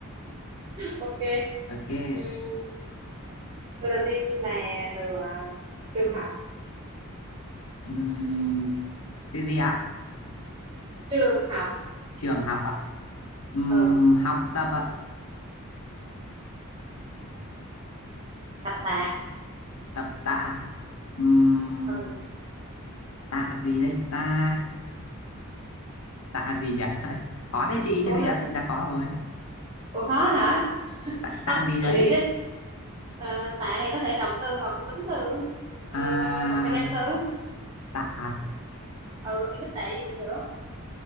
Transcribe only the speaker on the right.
ok
Ừm, Rồi. từ đầu tiên là từ à, trường học
trường học
ừ
tập tạ
ừ
cố
lên
ủa khó hả
không
chị nghĩ đi Ờ, tạ thì có thể động từ hoặc là tính từ ờ,
hoặc là danh từ
ừ em thích tạ gì cũng được